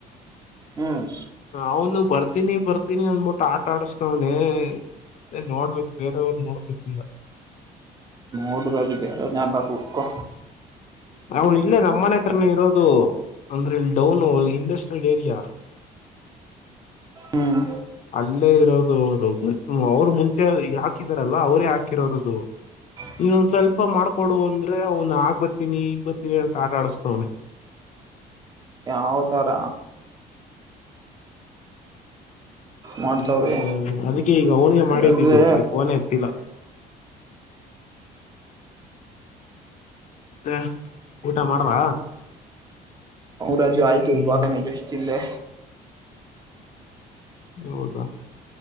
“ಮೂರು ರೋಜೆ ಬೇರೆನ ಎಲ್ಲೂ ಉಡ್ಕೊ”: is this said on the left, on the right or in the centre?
Right